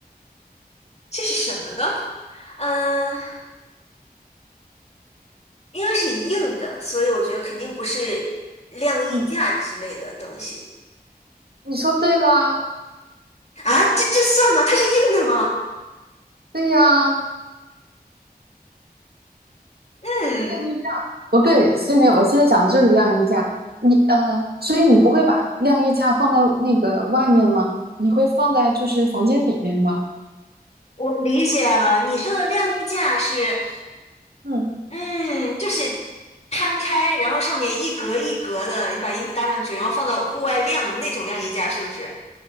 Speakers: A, on the left (about 40°); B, on the right (about 75°).
A: 这是什么呢？嗯、因为是硬的，所以我觉得肯定不是晾衣架之类的东西
B: 嗯，你说对啦，
A: 啊。这这算吗？它是硬的吗？
B: 对呀，
A: 嗯，
B: 晾衣架，不对，现在我现在讲的就是晾衣架，你呃，所以你不会把晾衣架放到那个外面吗？你会放在就是房间里面吗？
A: 我理解了。你说的晾衣架是，
B: 嗯，
A: 嗯，就是摊开，然后上面一格一格的，你把衣服搭上去，然后放到户外晾那种晾衣架，是不是